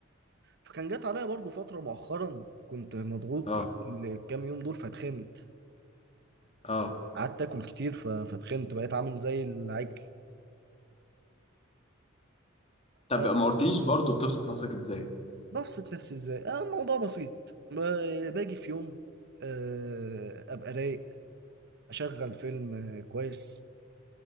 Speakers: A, on the right (about 55°); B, on the left (about 30°).
A: فكان جات عليا برضو فتره مؤخرا كنت مضغوط
B: اه
A: الكام يوم دول فاتخنت
B: اه
A: قعدت اكل كتير ف... فاتخنت بقيت عامل زي العجل
B: طب
A: آه،
B: ما قلتليش برضو بتبسط نفسك ازاي
A: ببسط نفسي ازاي آه الموضوع بسيط ما- باجي في يوم آه ابقى رايق اشغل فيلم آه، كويس